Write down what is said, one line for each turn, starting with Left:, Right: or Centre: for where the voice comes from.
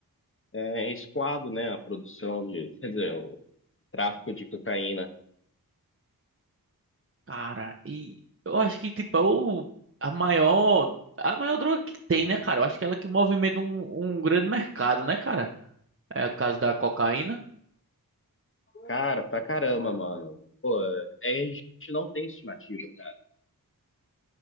Left: é escoado, né? A produção de, quer dizer, o tráfico de cocaína.
Right: Cara, e eu acho que, tipo, é o, a maior, a maior droga que tem, né, cara? Eu acho que é ela que movimenta um, um grande mercado, né, cara? É a caso da cocaína.
Left: Cara, pra caramba, mano. Pô, é, a gente não tem estimativa, cara.